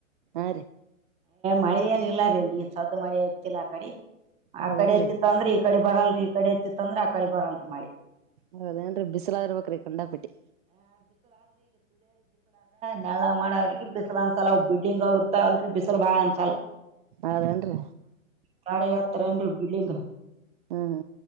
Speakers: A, on the right; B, on the right.
A: ಆ
B: ಮಳೆ ಏನ್ ಇಲ್ಲ ರೀ ಅಲ್ಲಿ ಸದ್ದ ಮಳೆ ಐತಿಲ್ಲ ಆ ಕಡೆ ಆ
A: ಹೌದೇನ್ರಿ
B: ಕಡೆ ಐತಿತ್ತ ಅಂದ್ರೆ ಈ ಕಡೆ ಬರಲ್ರಿ ಈ ಕಡೆ ಐತಿತ್ತು ಅಂದ್ರೆ ಆ ಕಡೆ ಬರಲ್ರ ಮ ಮಾಡಿ
A: ಹ ಅದೇಏನ್ೀ ಬಿಸಿಲಾಗಿರ್ಬೇಕ್ರಿ ಖಂಡಾಪಟಿ
B: ನೆಲ್ಗ್ ಮಾಡ ಅವ್ರಿಗೆ ಬಿಸಿಲು ಅನ್ಸಲ ಅವ ಬಿಡಿಂಗ್ ಅವ ಇರ್ತಾವಲ್ರಿೀ ಬಿಸಲು ಬಾಳ ಅನ್ಸಲ್ಲ
A: ಅದೇನ್ರಿ
B: ನಾಡ ಹತ್ರ ಏನ್ೀ ಬಿಲ್ಡಿಂಗ್
A: ಹ್ಮ್